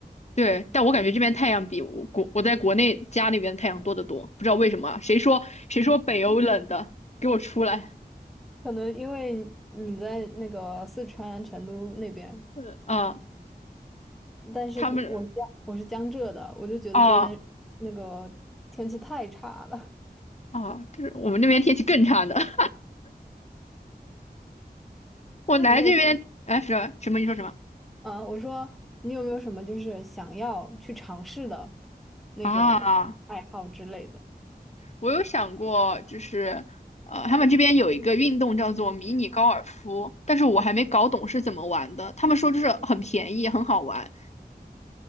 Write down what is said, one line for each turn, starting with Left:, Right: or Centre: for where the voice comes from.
Left: 对，但我感觉这边太阳比我国我在国内家那边太阳多得多，不知道为什么啊？谁说谁说北欧冷的？给我出来！
Centre: 可能因为你在那个四川成都那边，
Left: 嗯啊，
Centre: 但是跟我是江我是江浙的，
Left: 他们
Centre: 我就觉得这边那个天气太差了。
Left: 啊
Centre: <laughs>
Left: 啊，这是我们那边天气更差的。<laughs> 我来这边，
Centre: 那你有
Left: 哎，什什么？你说什么
Centre: 啊？我说你有没有什么就是想要去尝试的那种爱好之类的？
Left: 啊？我有想过，就是呃，他们这边有一个运动叫做迷你高尔夫，但是我还没搞懂是怎么玩的。他们说就是很便宜，很好玩。